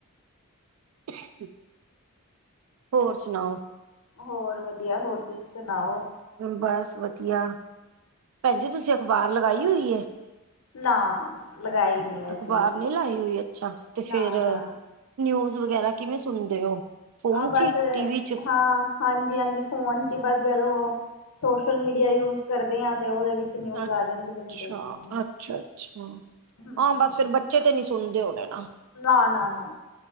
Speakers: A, on the right; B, on the left.
A: <inaudible> ਹੋਰ ਸੁਣਾਓ?
B: ਹੋਰ ਵਧੀਆ ਹੋਰ ਤੁਸੀਂ ਸੁਣਾਓ?
A: ਬਸ ਵਧੀਆ ਭੈਣ ਜੀ ਤੁਸੀਂ ਅਖ਼ਬਾਰ ਲਗਾਈ ਹੋਈ।
B: ਨਾ ਲਗਾਈ ਨੀ ਅਸੀਂ
A: ਅਖਬਾਰ ਨੇ ਲਾਈ ਹੋਈ ਅੱਛਾ ਤੇ
B: ਨਾ
A: ਫੇਿਰ
B: ਨਾ
A: ਨਿਊਜ਼ ਵਗੈਰਾ ਕਿਵੇਂ ਸੁਣਦੇ ਹੋ? ਫੋਨ
B: ਆਹ ਬਸ
A: ਚ ਈ ਟੀਵੀ ਚ?
B: ਹਾਂ। ਹਾਂਜੀ ਹਾਂਜੀ ਫੋਨ 'ਚ ਹੀ ਬਸ ਜਦੋਂ ਸੋਸ਼ਲ ਮੀਡੀਆ ਯੂਜ ਕਰਦੇ ਹਾਂ ਤੇ ਉਹਦੇ ਵਿੱਚ ਨਿਊਜ਼
A: ਅੱਛਾ
B: ਆ ਜਾਂਦੀਆਂ ਨੇ ਦੇਖ ਲੈਂਦੇ
A: ਅੱਛਾ ਅੱਛਾ
B: ਹਮ
A: ਹਾਂ ਬਸ ਫਿਰ ਚੇ ਤੇ ਨੀ ਸੁਣਦੇ ਹੋਣੇ ਨਾ?
B: ਨਾ ਨਾ ਨਾ।